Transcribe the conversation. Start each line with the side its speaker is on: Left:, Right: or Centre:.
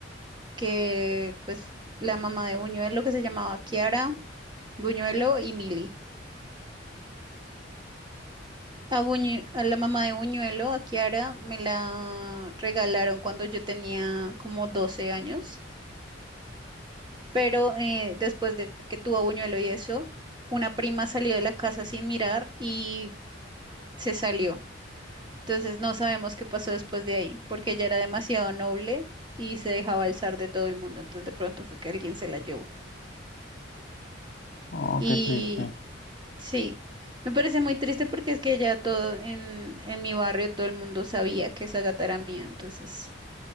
Right: que pues la mamá de Buñuelo que se llamaba Kiara, Buñuelo y Mili. A, Buñu- a la mamá de Buñuelo, a Kiara, me la regalaron cuando yo tenía como 12 años, pero eh, después de que tuvo a Buñuelo y eso, una prima salió de la casa sin mirar y se salió. Entonces no sabemos qué pasó después de ahí, porque ella era demasiado noble y se dejaba alzar de todo el mundo. Entonces de pronto fue que alguien se la llevó.
Left: Oh,
Right: Y
Left: qué triste.
Right: sí, me parece muy triste porque es que ya todo en, en mi barrio, todo el mundo sabía que esa gata era mía, entonces...